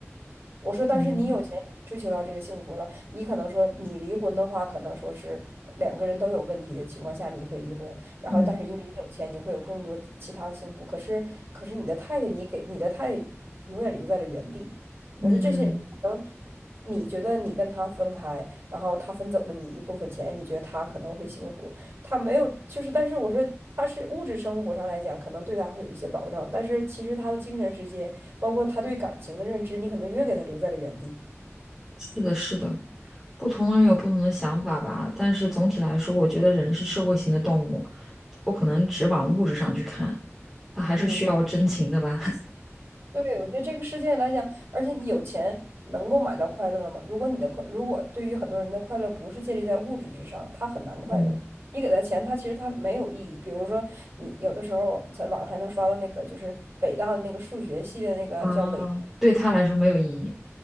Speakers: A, on the right; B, in the centre.
A: 我说，但是你有钱，
B: 嗯
A: 你追求到这个幸福了，你可能说你离婚的话，可能说是两个人都有问题的情况下，你会离婚。然后，
B: 嗯
A: 但是因为你有钱，你会有更多其他的幸福。可是，可是你的太太，你给你的太太永远留在了原地。
B: 嗯，
A: 我说这些人可能你觉得你跟他分开，然后他分走了你一部分钱，你觉得他可能会幸福。他没有，就是但是我说他是物质生活上来讲，可能对他会有一些保障，但是其实他的精神世界，包括他对感情的认知，你可能永远给他留在了原地。
B: 是的，是的，不同的人有不同的想法吧，但是总体来说，我觉得人是社会型的动物，不可能只往物质上去看，他还是需要真情的吧。
A: 嗯对，我觉得这个世界来讲，而且你有钱能够买到快乐吗？如果你的快，如果对于很多人的快乐不是建立在物质之上，他很难快乐。
B: <laughs> 嗯
A: 你给他钱，他其实他没有意义。比如说，你有的时候在网上还能刷到那个，就是北大的那个数学系的那个叫伪。
B: 啊，对他来说没有意义。